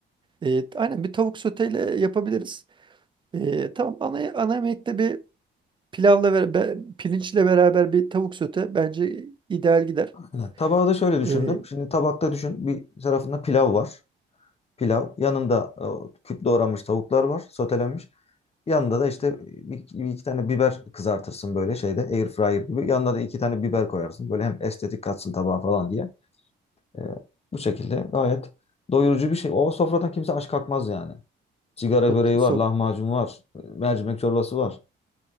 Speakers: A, on the right; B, on the left.
A: E, aynen bir tavuk soteyle yapabiliriz. E, tamam ana, ana yemekte bir pilavla ve be- pirinçle beraber bir tavuk sote bence ideal gider.
B: Aynen. Tabağı da şöyle düşündüm.
A: E,
B: Şimdi tabakta düşün bir tarafında pilav var. Pilav. Yanında e, küp doğranmış tavuklar var. Sotelenmiş. Yanında da işte bir, bir iki tane biber kızartırsın böyle şeyde air fryer gibi. Yanına da iki tane biber koyarsın. Böyle hem estetik katsın tabağa falan diye. Ee, bu şekilde gayet doyurucu bir şey. O sofradan kimse aç kalkmaz yani. Sigara
A: aa,
B: böreği var, lahmacun var, e, mercimek çorbası var.